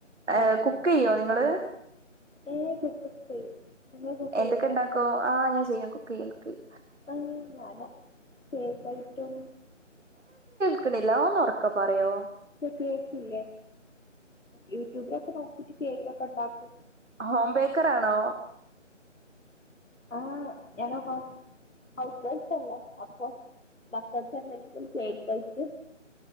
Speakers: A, on the left; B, on the right.
A: ഹോട്ടലിൽ
B: ഏ കുക്ക്യ്യ നിങ്ങള്
A: മാനേജ്മെന്റ് ഏഹ് കുക്കൊക് ചെയ്യും നിങ്ങൾ കുക്ക് ചെയ്യൂലേ
B: എന്തക്കെണ്ടാക്കൂ ആ ഞാൻ ചെയ്യും കുക്ക്യ്യും കുക്ക്യ്യും
A: ഇപ്പയ്ൻ ഞാന് കേക്കായിട്ടും
B: ക്കിണില്ലാന്ന് ഒന്ന് ഒറക്കെ പറയോ
A: കേക്കില്ലേ യൂട്യൂബിലൊക്കെ നോക്കിട്ട് കേക്കൊക്കെണ്ടാക്കും
B: ഹോം ബേക്കറാണോ
A: ആഹ് ഞാന് ഹോം ഹൗസ് വൈഫ് അല്ലേ അപ്പൊ മക്കൾക്കെന്തെങ്കിലും കേക്കായിട്ട്